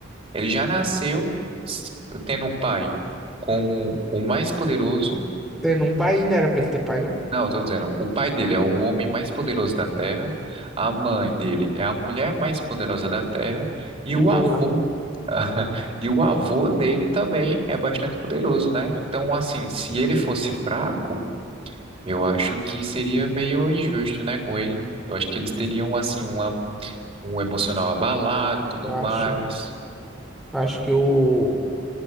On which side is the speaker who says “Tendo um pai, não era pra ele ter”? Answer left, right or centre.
Centre